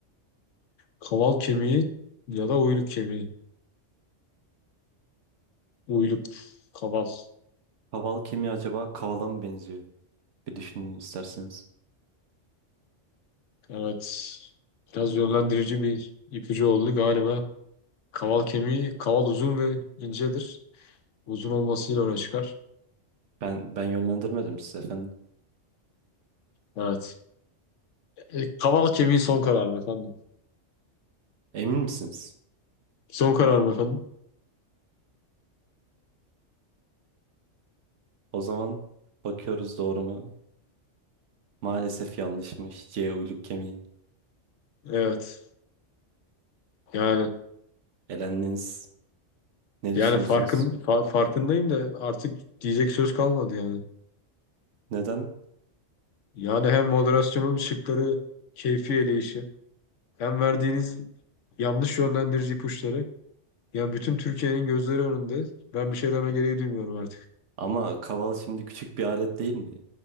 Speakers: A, on the left; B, on the right.
A: kaval kemiği ya da uyluk kemiği. Uyluk, kaval.
B: Kaval kemiği acaba kavala mı benziyor? Bir düşünün isterseniz.
A: Evet. Biraz yönlendirici bir ipucu oldu galiba. Kaval kemiği, kaval uzun ve incedir. Uzun olmasıyla öne çıkar.
B: Ben ben yönlendirmedim size efendim.
A: Evet. E, kaval kemiği son kararım efendim.
B: Emin misiniz?
A: Son kararım efendim.
B: O zaman bakıyoruz doğru mu? Maalesef yanlışmış. C uyluk kemiği.
A: Evet. Yani
B: Elendiniz. Ne
A: yani
B: düşünüyorsunuz?
A: farkın fa- farkındayım da artık diyecek söz kalmadı yani.
B: Neden?
A: Yani hem moderasyonun şıkları, keyfi eleyişi, hem verdiğiniz yanlış yönlendirici ipuçları. Ya bütün Türkiye'nin gözleri önünde. Ben bir şey deme gereği duymuyorum artık.
B: Ama kaval şimdi küçük bir alet değil mi?